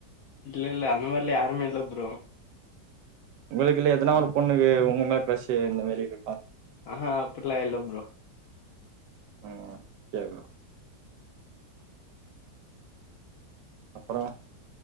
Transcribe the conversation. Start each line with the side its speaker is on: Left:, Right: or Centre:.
Left: இல்ல இல்ல அந்த மாரில யாருமே இல்ல ஃப்ரோ
Right: உங்களுக்குல்ல எதனா ஒரு பொண்ணு வேணும் இந்த மாரி கிரஷு இந்த மாரி இருக்கா
Left: ஆஹா அப்டில்லா இல்ல ஃப்ரோ
Right: உஹம் கேவ அப்புறம்